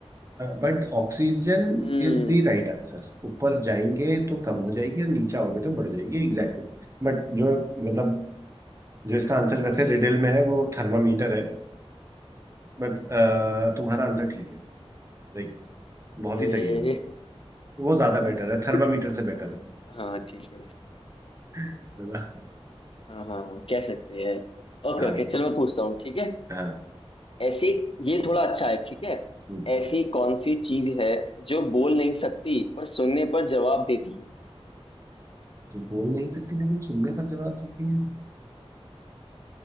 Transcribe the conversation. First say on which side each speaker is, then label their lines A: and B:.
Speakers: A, on the right (about 30°); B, on the left (about 55°).
A: but oxygen
B: हम्म
A: is the right answer ऊपर जाएंगे तो कम हो जाएगी और नीचे आओगे तो बढ़ जाएगी एग्जैक्टली बट जो मतलब जो इसका आंसर
B: कम
A: वैसे
B: हो जाए
A: रिडल में है वो थर्मामीटर है बट तुम्हारा आंसर ठीक है लाइक बहुत
B: अरे
A: ही सही है वो वो ज्यादा बेटर
B: <laughs>
A: है थर्मामीटर से बेटर
B: हाँ ठीक है
A: है <laughs>
B: हाँ हाँ कह सकते हैं ओके
A: हाँ
B: ओके चलो मैं पूछता हूँ ठीक है
A: हाँ
B: ऐसी ये थोड़ा अच्छा है ठीक है
A: हम्म,
B: ऐसी कौन सी चीज है जो बोल नहीं सकती पर सुनने पर जवाब देती है
A: जो बोल नहीं सकती लेकिन सुनने का जवाब देती है